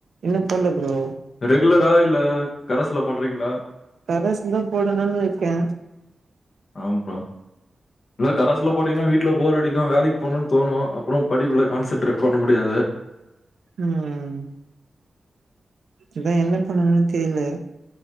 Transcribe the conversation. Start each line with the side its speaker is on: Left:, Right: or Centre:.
Right: இன்னு போட்ல ப்ரோ
Left: ரெகுலரா இல்ல கரஸ்ல போ போட்றீங்களா
Right: கரஸ்தா போடணுன் இருக்கே
Left: ஆம்ப்பா இல்லே கரஸுலே போட்டீங்கன்னா வீட்டுல போ வேலைக்கு போகணும் தோணும் அப்புறம் படிப்புல கான்சென்ட்ரேட் பண்ண முடியாது
Right: உம் இதான் என்ன பண்ணும்னு தெரில